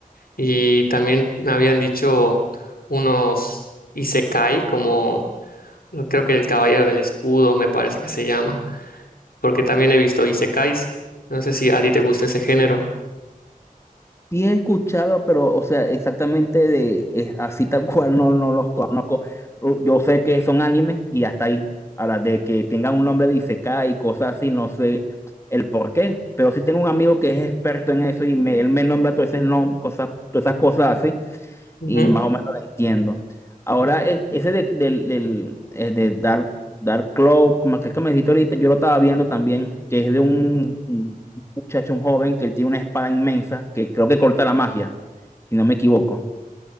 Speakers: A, on the left; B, on the left.
A: Y también me habían dicho unos Isekai como no, Creo que el Caballero del Escudo me parece que se llama, porque también he visto Isekais. No sé si a ti te gusta ese género.
B: Sí he escuchado, pero, o sea, exactamente de, es así tal <laughs> cual no, no los conozco. Uh, Yo sé que son animes y hasta ahí. Ahora, de que tengan un nombre de Isekai y cosas así, no sé el por qué, pero sí tengo un amigo que es experto en eso y me, él me nombra todas esas, nom- cosas, todas esas cosas así.
A: Ujú.
B: y más o menos lo entiendo. Ahora, e- ese de, del, del, eh, de Dark, Dark Claw, como aquel que me dijiste ahorita, yo lo estaba viendo también, que es de un, un muchacho, un joven, que él tiene una espada inmensa, que creo que corta la magia, si no me equivoco.